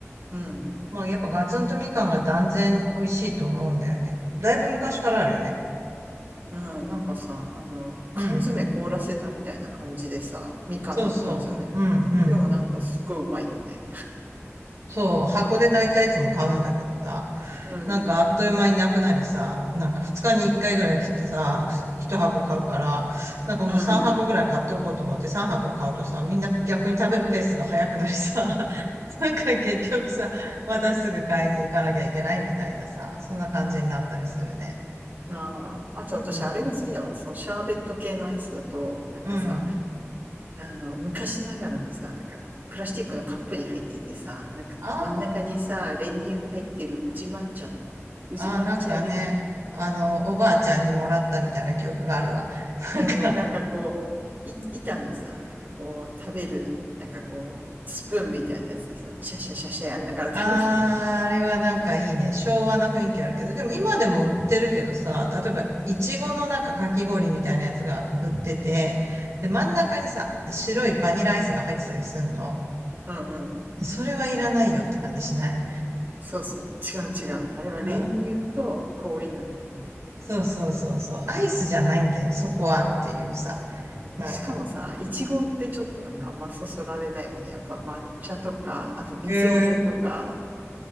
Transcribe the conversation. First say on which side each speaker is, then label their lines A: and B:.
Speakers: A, on the right; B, on the right.
A: うん。
B: まあ、やっぱガツンとみかんが断然美味しいと思うんだよね。だいぶ昔からあるよね。
A: うん、なんかさ、あの、缶詰凍らせたみたいな感じでさ、
B: うん。
A: みかんの缶詰。
B: そうそう。うん、うん。
A: でもなんかすごいうまいよね。
B: そう。箱で大体いつも買うんだけどさ、
A: うん、
B: なんかあっという間になくなりさ、なんか2日に1回ぐらいしてさ、1箱買うから、なんかもう3箱ぐらい買っとこうと思って3箱買うとさ、
A: うん。
B: みんな逆に食べるペースが早くなりさ、<laughs> なんか結局さ、またすぐ買いに行かなきゃいけないみたいなさ、そんな感じになったりするね。
A: ああ、あと私あれが好きだわ。
B: うん
A: そのシャーベット系のアイスだと、なんかさ、
B: うん。
A: あの、昔ながらのさ、なんかこう、プラスチックのカップに入っててさ、なんかこう、
B: あー
A: 真ん中にさ、練乳入ってる宇治抹茶とか、宇治抹茶練乳
B: あー、なんかね、あの、おばあちゃんにもらったみたいな記憶があるわ。なんか、
A: うん、なんかこう、い、板のさ、なんかこう、食べる、なんかこう、スプーンみたいなやつでさ、シャシャシャシャやんながら食べる
B: あー、あれはなんかいいね。昭和な雰囲気あるけど。でも今でも売ってるけどさ、例えば、いちごのなんかかき氷みたいなやつが売ってて、
A: うん。
B: で、真ん中にさ、白いバニラアイスが入ってたりすんの。
A: うんうん。
B: それはいらないよって感じしない
A: そうそう。違う違う。あれは練乳と氷なんだよね。
B: うん。そうそうそうそう。アイスじゃないんだよ、そこはっていうさ。
A: うん、
B: なんか、
A: しかもさ、いちごってちょっとなんかあんまそそられないよね。やっぱ抹茶とか、あとみぞれとか。
B: えー、